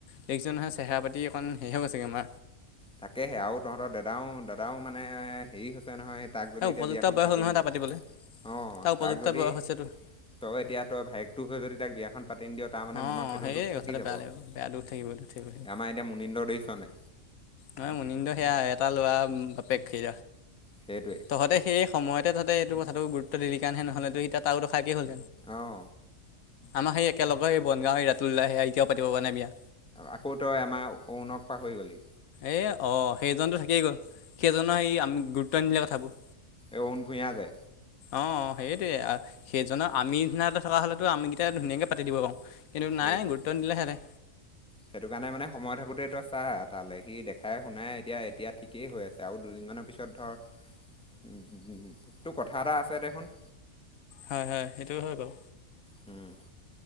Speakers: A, on the left; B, in the centre.
A: দেজনহয় চেহেৰা পাতি অকণ সে চিকৈম
B: তাকেহে আৰু তহঁতৰ দাদাও দাদাও মানে হেৰি হৈছে নহয় তাক যদি
A: এই
B: এতিয়া
A: উপযুক্ত
B: বিয়াখন
A: বয়স
B: পাতি
A: হ'ল নহয়
B: নি দিয়ক
A: তাৰ পাতিবলৈ
B: অঁ
A: তাৰ উপযুক্ত
B: তাক যদি
A: বয়স হৈছে তোৰ
B: তই এতিয়া তই ভাইেকতটো হৈ যদি তাক বিয়াখন পাতি নি দিয়ক তাৰমানে
A: অঁ
B: মনত সেইটো
A: সেয়ে
B: দুখ থাকি
A: কথাটো
B: যাব
A: বেয়া লাগিব বেয়া দুখ থাকিব দুখ থাকিব সেই
B: আমাৰ এতিয়া মুনীন্দ্ৰ দছনে
A: ন মুনন্দ সেয়া এটা ল'ৰা বাপেকেই
B: সেইটোৱে
A: তহঁতে সেই সময়তে তহঁতে এইটো কথাটো গুৰুত্ব দিলি কাৰণেহে নহলে তো এতিয়া তাৰো দুফাকে হ'ল
B: আহ
A: ম সেই একেলগেেই বনগাও স ৰাতিতওলাহে এতিয়াওাব প নে বিয়া
B: আকৌ তই আমাৰ অৰুণক পাহৰি গলি
A: এ অ সেইজনতো থাকিয়েই গ' সেইজনৰ সেই আমি গুৰুত্ব নিদিলে কথাবোৰ
B: এ ভূঞাাৰে
A: অ সেইটোৱে সেইজনৰ আমি নিনা এটা থকা হলেতো আমি কেইটা ধুনীয়াকে পাতি দিব পাৰো এনে
B: সেইটোৱে
A: নাই গুতন দিলে হে
B: সেইটো কাৰণে মানে সময় থাকোতে তই চা তালে সি দেখাই শুনাই এতিয়া এতিয়া ঠিকেই হৈ আছে তেওঁ দুদিনমানৰ পিছত ধৰ তোৰ কথা এটা আছে দেখোন।
A: হয় হয় সেইটোয়ে হয় বাৰু
B: উম